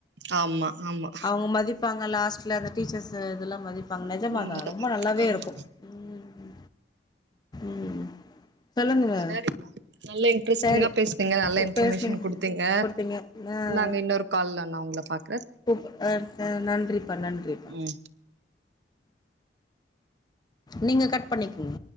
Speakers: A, on the right (about 75°); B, on the left (about 25°).
A: ஆமா ஆமா
B: அவ்ங்க மதிப்பாங்க லாஸ்ட்ல அந்த டீச்சர்ஸ இதுலா மதிப்பாங்க நெஜமா
A: உண்மதா
B: தா ரொம்ப நல்லாவே
A: ஆமா
B: இருக்கு ம் ம் சொல்லுங்க
A: சேரி நல்ல இன் இன்ட்ரெஸ்டிங்கா
B: சரி
A: பேசுனிங்க நல்ல இன்ஃபர்மேஷன்
B: பேசுனீங்க
A: குடுத்தீங்க
B: குடுத்தீங்க ஆ
A: நாங்க இன்னொரு கால்ல நா உங்கள பாக்
B: கூப் அ அ நன்றிப்பா நன்றிப்பா
A: ம்
B: நீங்க கட் பண்ணிக்குங்க